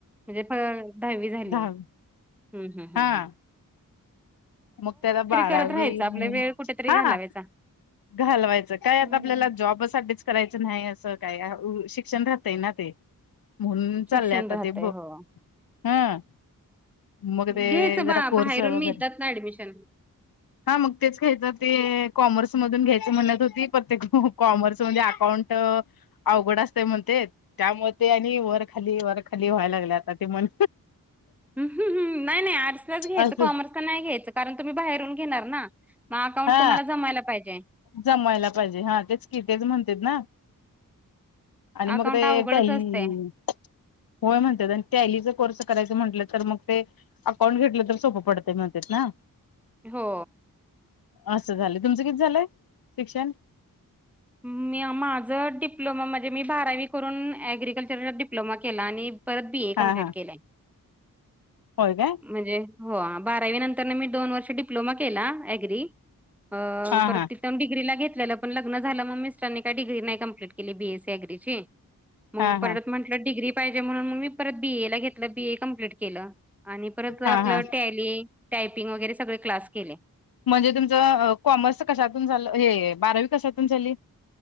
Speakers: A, in the centre; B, on the left.
A: म्हणजे दहावी झालीय.
B: दहावी
A: हम्म हम्
B: हा
A: हम्मम्.
B: मग त्याला बारावी,
A: करत राहायचं आपला वेळ कुठेतरी
B: हा
A: घालावायचा.
B: हा. घालवायचं काय
A: हम्म.
B: आता आपल्याला जॉब साठीच. करायचं नाही असं काय शिक्षण राहतय ना ते. म्हूनन
A: शिक्षण
B: चाललय आता
A: राहतय
B: ते ब
A: हो.
B: -हम्म. मग ते
A: घ्यायचं
B: जरा
A: बा
B: कोर्स
A: बाहेरून
B: वगैरे.
A: मिळतात ना ऍडमिशन.
B: हा मग तेच घ्यायच ते कॉमर्स मधून घ्यायच म्हणत होती, पर ते कॉमर्समध्ये अकाउंट अवघड असते म्हणते त त्यामुळे ते आणि वरखाली-वरखाली व्हायला लागल्या आता ते म्हण.
A: अम ह ह नाही-नाही आर्टस लाच घ्यायचं
B: असं
A: कॉमर्स ला नाही घ्यायचं कारण तुम्ही बाहेरून घेणार ना. मग अकाउंट
B: हा
A: तुम्हाला जमायला पाहिजे.
B: जमायला पाहिजे हा तेच कि तेच म्हणतेत ना? आणि
A: अकाउंट
B: मग ते
A: अवघडच
B: टॅली
A: असतय
B: -- होय म्हणतात आणि ते टॅलीचा कोर्स करायचं म्हटलं तर मग ते अकाउंट घेतलं तर सोपं पडतं म्हणतेत ना?
A: हो.
B: असं झालं. तुमचं किती झालंय शिक्षण
A: मी माझं डिप्लोमा म्हणजे मी बारावी करून एग्रिकल्चरचा डिप्लोमा केला आणि परत बी ए
B: हा
A: कमप्लीट
B: हा
A: केलंय.
B: होय काय
A: म्हणजे? हो बारावी नंतरन मी दोन वर्ष डिप्लोमा केला अग्री. अ
B: हा
A: परत
B: हा
A: ते टर्म डिग्रीला घेतलेलं पण लग्न झालं मग मिस्टरांनी काय डिग्री नाही कंप्लीट केली बी एसी सी ॲग्रीची. मग
B: हा
A: परत
B: हा
A: म्हटलं डिग्री पाहिजे म्हणून म मी परत बीए ला घेतलं बीए - कंप्लीट केलं आणि परत
B: हा
A: आपलं
B: हा
A: टॅल टायपिंग वगैरे सगळे क्लास केले.
B: म्हणजे तुमचं कॉमर्स कशातून झालं हे बारावी कशातून झाली.